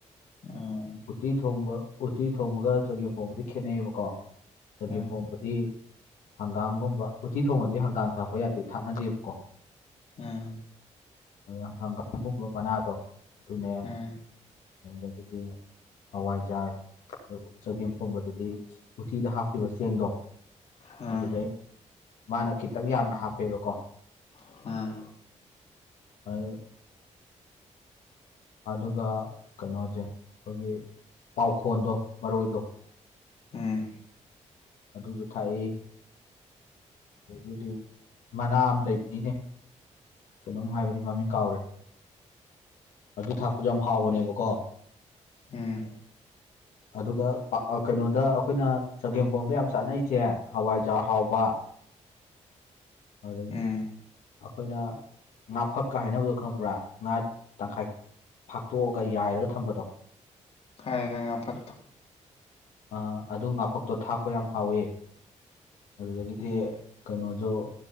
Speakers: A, on the left; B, on the left.
A: ꯎꯝ
B: ꯎꯇꯤ ꯊꯣꯡꯕ ꯎꯇꯤ ꯊꯣꯡꯕꯒ ꯆꯒꯦꯝ ꯄꯣꯝꯕꯒꯗꯤ ꯈꯦꯠꯅꯩꯕ ꯀꯣ ꯆꯒꯦꯝ
A: ꯎꯝ
B: ꯄꯣꯝꯕꯗꯤ ꯍꯪꯒꯥꯝꯒꯨꯝꯕ ꯎꯇꯤ ꯊꯣꯡꯕꯗꯤ ꯍꯪꯒꯥꯝ ꯊꯥꯛꯄ ꯌꯥꯗꯦ ꯊꯥꯛꯅꯗꯦꯕꯀꯣ
A: ꯎꯝ
B: ꯑꯗꯨꯅ ꯍꯪꯒꯥꯝꯒꯨꯝꯕ ꯃꯅꯥꯗꯣ ꯑꯗꯨꯅꯦ
A: ꯎꯝ
B: <unintelligible> ꯑꯗꯨꯗꯤ ꯍꯋꯥꯏꯖꯥꯔ ꯆꯒꯦꯝ ꯄꯣꯕꯗꯗꯤ ꯎꯇꯤꯗ ꯍꯥꯞꯈꯤꯕ ꯆꯦꯡꯗꯣ
A: ꯎꯝ
B: ꯑꯗꯨꯗꯩ ꯃꯥꯅ ꯈꯤꯇꯪ ꯌꯥꯝꯅ ꯍꯥꯞꯄꯦꯕꯀꯣ
A: ꯎꯝ
B: <unintelligible> ꯍꯥꯏꯌꯦ ꯑꯗꯨꯒ ꯀꯩꯅꯣꯖꯦ ꯑꯩꯈꯣꯏꯒꯤ ꯄꯥꯎꯈꯣꯟꯗꯣ ꯃꯔꯣꯏꯗꯣ
A: ꯎꯝ
B: ꯑꯗꯨꯁꯨ ꯊꯥꯛꯏ ꯑꯗꯨꯗꯤ ꯃꯅꯥ ꯑꯃꯥ ꯂꯩꯕꯅꯤꯅꯦ ꯀꯩꯅꯣꯝ ꯍꯥꯏꯕꯅꯤ ꯃꯃꯤꯡ ꯀꯥꯎꯔꯦ ꯑꯗꯨ ꯊꯥꯛꯄ ꯌꯥꯝ ꯍꯥꯎꯕꯅꯦꯕꯀꯣ
A: ꯎꯝ
B: ꯑꯗꯨꯒ ꯄꯥ ꯑ ꯀꯩꯅꯣꯗ ꯑꯩꯈꯣꯏꯅ ꯆꯒꯦꯝꯄꯣꯝꯗ ꯌꯥꯝ ꯆꯥꯅꯩꯁꯦ ꯍꯋꯥꯏꯖꯥꯔ ꯍꯥꯎꯕ
A: <inaudible>
B: ꯑꯗꯒꯤꯗꯤ
A: ꯎꯝ
B: ꯑꯩꯈꯣꯏꯅ ꯉꯥꯐꯛꯀ ꯍꯥꯏꯅꯕꯗꯣ ꯈꯪꯕ꯭ꯔꯥ ꯉꯥ ꯇꯪꯈꯥꯏ ꯐꯥꯛꯇꯣꯛꯑꯒ ꯌꯥꯏꯔꯒ ꯊꯝꯕꯗꯣ
A: ꯈꯪꯉꯦ ꯈꯪꯉꯦ ꯉꯥꯐꯛꯇꯣ
B: ꯑ ꯑꯗꯨ ꯉꯥꯐꯛꯇꯣ ꯊꯥꯛꯄ ꯌꯥꯝ ꯍꯥꯎꯋꯦ ꯑꯗꯨꯗꯒꯤꯗꯤ
A: ꯎꯝ
B: ꯀꯩꯅꯣꯖꯨ